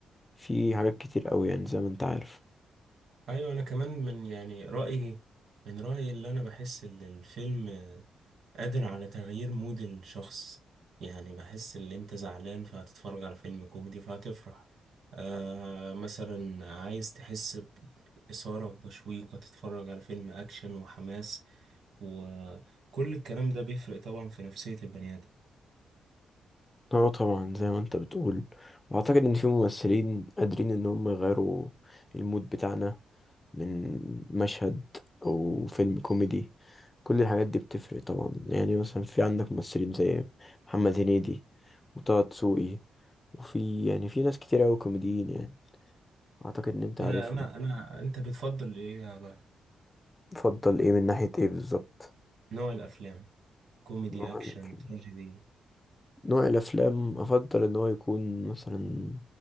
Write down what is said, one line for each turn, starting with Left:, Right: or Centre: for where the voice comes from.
Left: في حاجات كتير قوي يعني زي ما انت عارف
Right: ايوه انا كمان من يعني رايي من رايي اللي انا بحس ان الفيلم قادر على تغيير مود الشخص يعني بحس ان انت زعلان فهتتفرج على فيلم كوميدي فهتفرح آه مثلا عايز تحس ب- باثاره وتشويق هتتفرج على فيلم اكشن وحماس وكل الكلام ده بيفرق طبعا في نفسيه البني ادم
Left: اه طبعا زي ما انت بتقول واعتقد ان في ممثلين قادرين ان هم يغيروا المود بتاعنا من مشهد او فيلم كوميدي كل الحاجات دي بتفرق طبعا يعني مثلا في عندك ممثلين زي محمد هنيدي وطه دسوقي وفي يعني في ناس كتير اوي كوميديين يعني اعتقد ان انت
Right: انا
Left: عارفهم
Right: انا انا انت بتفضل ايه يا بقى
Left: تفضل ايه من ناحية ايه بالظبط
Right: نوع الافلام كوميدي
Left: نوع
Right: اكشن
Left: الافلام
Right: تراجيدي
Left: نوع الافلام افضل ان هو يكون مثلا